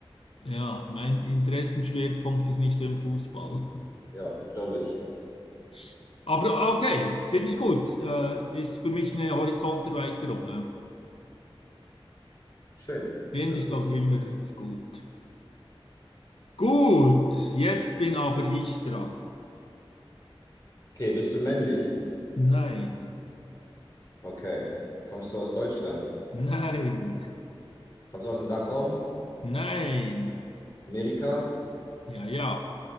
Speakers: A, on the left; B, on the left.
A: ja, mein Interessenschwerpunkt ist nicht so im Fußball.
B: Ja, glaube ich.
A: <laughs> Aber okay, finde ich gut. Äh, ist für mich eine Horizonterweiterung. hä?
B: Schön,
A: Finde
B: das
A: ich
B: ist gut.
A: doch immer gut. Gut, jetzt bin aber ich dran.
B: Okay, bist du männlich?
A: Nein,
B: Okay. Kommst du aus Deutschland?
A: nein,
B: Kommst du aus dem Dachraum?
A: nein.
B: Amerika?
A: Ja, ja.